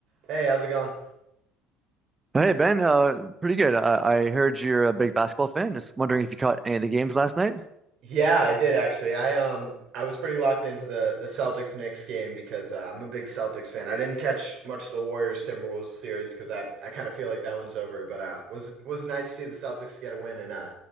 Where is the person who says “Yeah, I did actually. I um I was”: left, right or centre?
Right